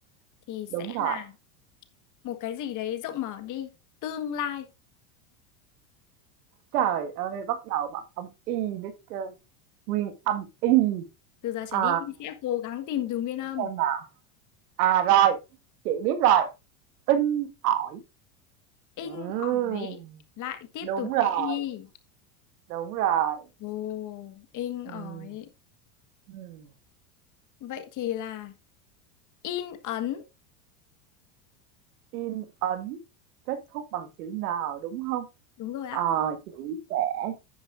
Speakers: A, on the left; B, on the right.
A: thì
B: đúng
A: sẽ
B: rồi.
A: là một cái gì đấy rộng mở đi. Tương lai.
B: Trời ơi, bắt đầu bằng âm y nữa cơ. Nguyên âm y.
A: Từ giờ trở
B: À,
A: đi em sẽ cố gắng tìm từ nguyên
B: xem
A: âm.
B: nào. À, rồi, chị biết rồi, in ỏi.
A: Inh
B: Ừm,
A: ỏi. Lại tiếp
B: đúng
A: tục
B: rồi,
A: chữ Y.
B: đúng rồi.
A: Ồ, in ỏi.
B: Ừm, ừm.
A: Vậy thì là in ấn.
B: In ấn kết thúc bằng chữ N đúng không?
A: Đúng rồi
B: Ờ,
A: ạ.
B: chị sẽ